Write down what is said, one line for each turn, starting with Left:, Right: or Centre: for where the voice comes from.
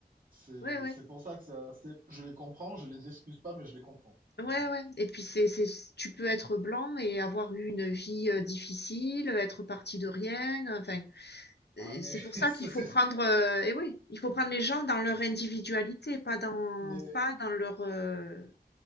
Right: c'est
Left: ouais, ouais,
Right: c'est pour ça que c'est assez... je les comprends, je les excuse pas, mais je les comprends.
Left: ouais,
Right: Mais bon.
Left: ouais. Et puis c'est, c'est, tu peux être blanc et avoir eu une vie euh, difficile, être parti de rien. Enfin,
Right: Ah
Left: euh,
Right: mais
Left: c'est
Right: <laughs>
Left: pour ça
Right: ça
Left: qu'il faut
Right: c'est
Left: prendre. euh, eh oui, il faut prendre les gens dans leur individualité, pas dans,
Right: mais
Left: pas dans leur. euh,